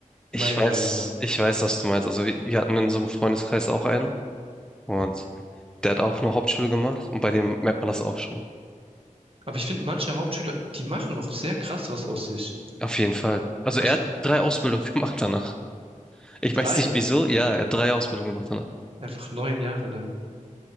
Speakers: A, in the centre; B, on the right (about 40°).
A: Ich
B: meiner
A: weiß,
B: Meinung nach.
A: ich weiß, was du meinst. Also wir, wir hatten in so einem Freundeskreis auch einen und der hat auch nur Hauptschule gemacht und bei dem merkt man das auch schon.
B: Aber ich finde, manche Hauptschüler, die machen noch sehr krass was aus sich.
A: Auf jeden Fall. Also er
B: Also
A: hat drei Ausbildungen <laughs> gemacht danach. Ich
B: drei,
A: weiß nicht wieso. Ja, er hat drei Ausbildungen gemacht danach.
B: einfach neun Jahre lang.